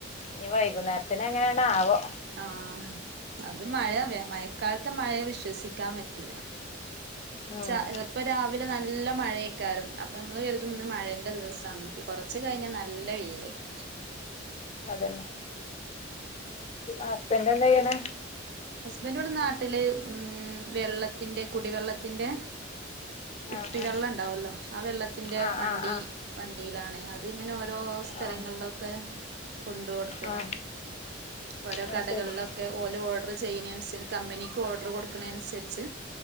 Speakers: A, on the left; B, on the right.
A: ഇനി വൈകുന്നേരത്തിന് എങ്ങനെണവോ
B: ആഹ് അത് മഴ മഴക്കാലത്തെ മഴയെ വിശ്വസിക്കാൻ പറ്റില്ല
A: ഉം
B: ച്ച ചെലപ്പൊ രാവിലെ നല്ല മഴയൊക്കാരം അപ്പൊ നമ്മള് കെരുത്തും ന്ന് മഴന്റെ ദിവസന്ന് ഇ കുറച്ച് കഴിഞ്ഞാൽ നല്ല വെയിലേക്ക
A: അതന്നെ ഹസ്ബൻഡ എന്താ ചെയ്ണെ
B: ഹസ്ബൻഡടെ നാട്ടില് ഉം വെള്ളത്തിന്റെ കുടിവെള്ളത്തിന്റെ കുപ്പി
A: ആ ആ
B: വെള്ളം ഉണ്ടാവല്ലോ ആ വെള്ളത്തിന്റെ
A: ആ
B: വണ്ടി
A: ആ ആ
B: വണ്ടിയിലാണ് അത്ങ്ങനെ ഓ രോ സ്ഥലങ്ങളിലൊക്കെ
A: ആ
B: കൊണ്ട് കൊടുക്കലാണ്
A: ആ
B: ഓരോ
A: അത്
B: കടകളിലൊക്കെ
A: ശരി
B: ഓല് ഓർഡർ ച്ചെയിണെ അൻസരി മ്പനിക് ഓർ ഡർ കൊട്ക്ണെന്ന് അനുസരിച്ച്